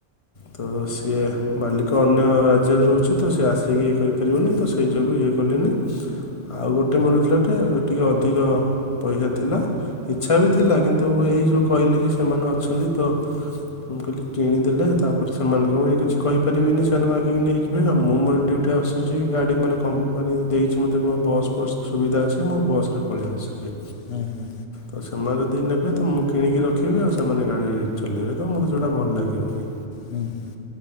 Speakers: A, on the left; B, on the left.
A: ତ ସିଏ ମାଲିକ ଅନ୍ୟ ରାଜ୍ୟରେ ରହୁଛି ତ ସେ ସେ ଆସିକି ଇଏ କରିପାରିବନି ତ ସେଇ ଯୋଗୁଁ ଇଏ କଲେନି। ଆଉ ଗୋଟେ ମିଳୁଥିଲା ଟେ ଟିକେ ଅଧିକ ପଇସା ଥିଲା ଇଚ୍ଛା ବି ଥିଲା କିନ୍ତୁ ଏଇ ଯେଉଁ କହିଲି କି ସେମାନେ ଅଛନ୍ତି। ତ ମୁଁ କହିଲି କିଣିଦେଲେ ତାପରେ ସେମାନଙ୍କୁ ବି କିଛି କହିପାରିବେିନି। ସେମାନେ ମଗିକି ନେଇଯିବେ ଆଉ। ମୁଁ ମୋର ଡିୟୁଟି ଆସୁଛି ଗାଡ଼ି ମାନେ କମ୍ପାନୀ ଦେଇଛି। ମୋତେ ମୋ ବସ୍ ଫସ୍ ସୁବିଧା ଅଛି ମୁଁ ବସ୍ ରେ ପଳେଇ ଆସୁଛି।
B: ହୁଁ ହୁଁ
A: ତ ସେମାନେ ଯଦି ନେବେ ତ ମୁଁ କିଣିକି ରଖିବି। ଆଉ ସେମାନେ ଗାଡି ଚଲେଇବେ ତ ମୋତେ ଯୋଉଟା ଭଲ ଲାଗିବନି।
B: ହୁଁ। <inaudible>